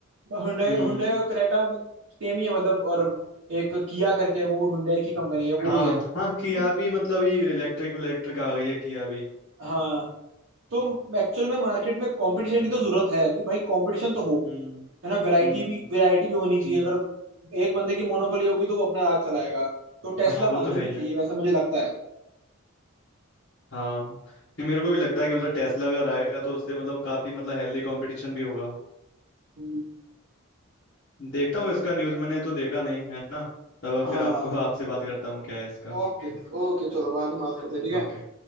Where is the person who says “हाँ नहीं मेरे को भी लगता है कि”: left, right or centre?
Left